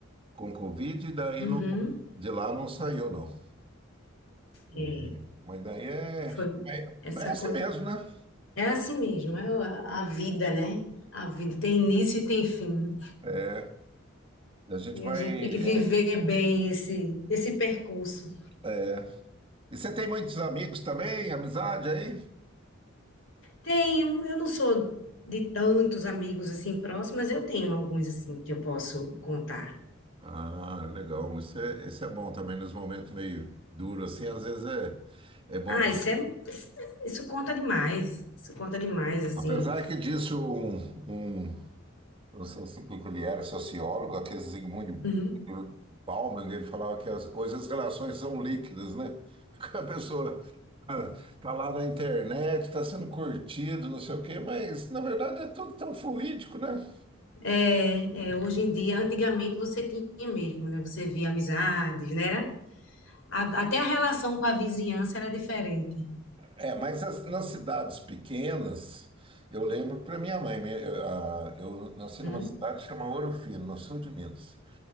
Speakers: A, on the right; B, on the left.
A: com Covid, e daí
B: uhum.
A: não, de lá não saiu, não. É.
B: É,
A: Mas daí é,
B: foi
A: é,
B: essa
A: é assim
B: coisa.
A: mesmo, né?
B: É assim mesmo, é a, a vida, né? A vida tem início e tem fim.
A: É, a gente
B: E
A: vai.
B: a gente tem que viver
A: é,
B: bem esse, esse percurso.
A: é. E você tem muitos amigos também, amizade aí?
B: Tenho, eu não sou de tantos amigos assim próximos, mas eu tenho alguns assim que eu posso contar.
A: Ah, legal. Mas Isso é, isso é bom também nos momentos meio duros, assim, às vezes é, é bom.
B: Ah, isso é, isso, isso conta demais. Isso conta demais, assim.
A: Apesar que disse um, um Eu não sei se o que que ele era, sociólogo, aquele Zygmunt
B: Uhum.
A: Bauman, ele falava que as, hoje as relações são líquidas, né? <laughs> A pessoa ah, tá lá na internet, tá sendo curtido, não sei o quê, mas na verdade é tudo tão fluídico, né?
B: É, é, hoje em dia, antigamente você tinha mesmo, né? Você via amizades, né? Era- a- até a relação com a vizinhança era diferente.
A: É, mas as- nas cidades pequenas, eu lembro para minha mãe, minha- eu, a- eu nasci
B: Uhum.
A: numa cidade chamada Ouro Fino, no sul de Minas.